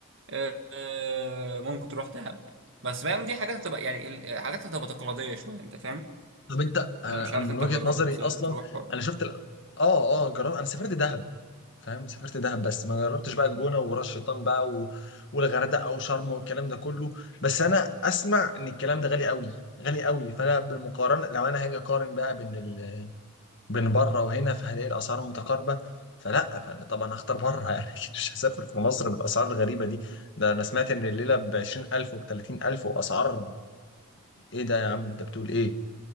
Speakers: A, on the right (about 55°); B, on the left (about 55°).
A: آه آه، ممكن تروح دهب بس فاهم دي حاجات هتبقى يعني ال- حاجات هتبقى تقليديه شويه انت فاهم
B: طب انت انا
A: يعني مش عارف
B: أنا من
A: انت
B: وجهة
A: جربت
B: نظري
A: تروح
B: اصلا
A: ولا
B: انا شفت ال... اه اه جرب انا سافرت دهب فاهم سافرت دهب بس ما جربتش بقى الجونة وراس شيطان بقى و... والغردقة او شرم والكلام ده كله بس انا اسمع ان الكلام ده غالي قوي غالي قوي فانا بالمقارنة لو انا هاجي اقارن بقى بين ال... بين بره وهنا فهلاقي الاسعار متقاربه فلا فانا طبعا هختار بره <laughs> يعني أكيد مش هسافر في مصر بالاسعار الغريبه دي ده انا سمعت ان الليله ب 20000 وب 30000 واسعار ايه ده يا عم انت بتقول ايه